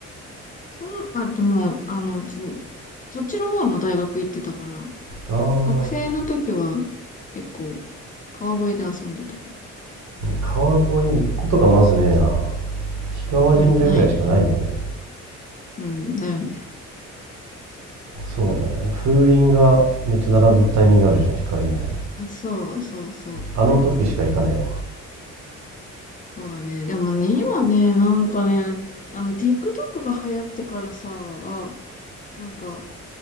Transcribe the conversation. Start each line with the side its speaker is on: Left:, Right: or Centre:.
Left: そん、あ、でも、あの、ちそっちの方の大学行ってたから、
Right: ああ、
Left: 学生の時は結構川越で遊んでたかも。
Right: 川越に行くことがまずねえな。氷川神社ぐらいしかないよね
Left: うん、ないよね。うん、だよね。
Right: そうだよねあの風鈴がめっちゃ並ぶタイミングあるじゃん氷川神社に
Left: あ、そうそうそう。
Right: あの時しか行かねえわ
Left: そうだね。でもね、今ね、なんかね、あの、TikTok が流行ってからさ、なんか、